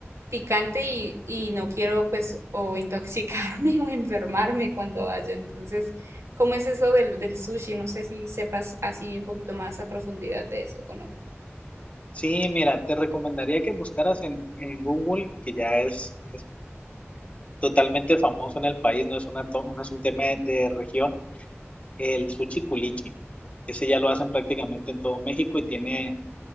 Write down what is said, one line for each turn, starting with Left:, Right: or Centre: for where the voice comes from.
Right: picante y, y no quiero pues o intoxicarme <laughs> o enfermarme cuando vaya. Entonces, ¿cómo es eso del, del sushi? No sé si sepas así un poquito más a profundidad de eso o no.
Left: Sí, mira, te recomendaría que buscaras en, en Google, que ya es, es totalmente famoso en el país, no es una, to- no es un tema de región, el sushi culichi. Ese ya lo hacen prácticamente en todo México y tiene